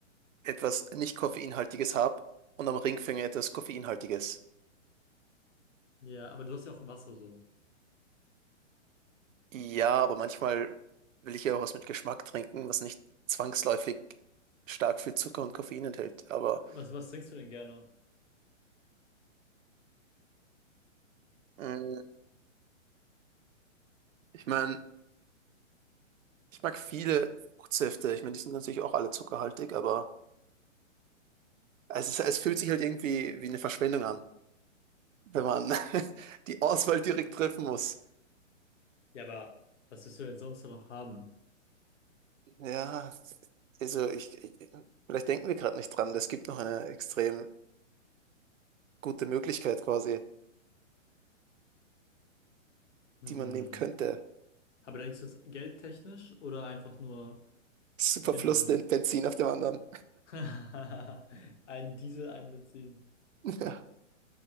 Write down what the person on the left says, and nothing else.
ja, aber du hast ja auch Wasser so.
Was, was trinkst du denn gerne?
Ja, aber was willst du denn sonst noch haben?
Hm.
Aber denkst du jetzt geldtechnisch oder einfach nur
generell?
<laughs> Ein Diesel, ein Benzin.